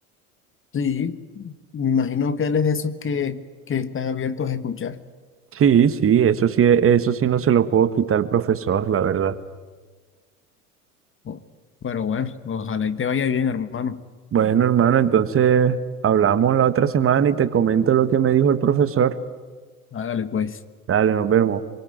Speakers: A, on the left; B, on the right.
A: Sí, me imagino que él es de esos que, que están abiertos a escuchar.
B: Sí, sí, eso sí, eso sí no se lo puedo quitar al profesor, la verdad.
A: Oh, Pero bueno, ojalá y te vaya bien, hermano.
B: Bueno, hermano, entonces hablamos la otra semana y te comento lo que me dijo el profesor.
A: Hágale pues.
B: Dale, nos vemos.